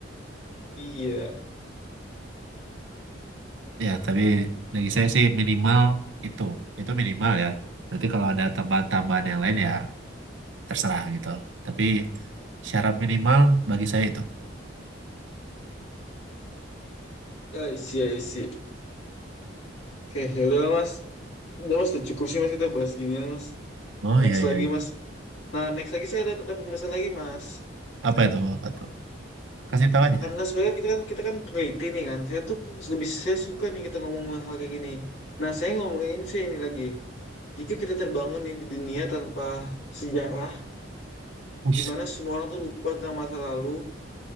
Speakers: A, on the left (about 65°); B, on the right (about 80°).
A: Iya,
B: Ya, tapi bagi saya sih minimal itu. Itu minimal ya. Nanti kalau ada tambahan-tambahan yang lain ya terserah gitu. Tapi syarat minimal bagi saya itu.
A: I see, I see. Oke, ya udah Mas. Udah mas, udah cukup sih mas kita bahas ginian mas.
B: Oh
A: Next
B: iya
A: lagi
B: iya. iya.
A: mas. Nah next lagi saya ada, ada pembahasan lagi mas.
B: Apa itu? Apa itu? Kasih tahu aja.
A: Karena sebenarnya kita kan kita kan peneliti nih kan. Saya tuh lebih saya suka nih kita ngomong hal kayak gini. Nah saya ngomongin ini saya ini lagi. Jika kita terbangun nih di dunia tanpa sejarah,
B: Ush.
A: di mana semua orang tuh lupa tentang masa lalu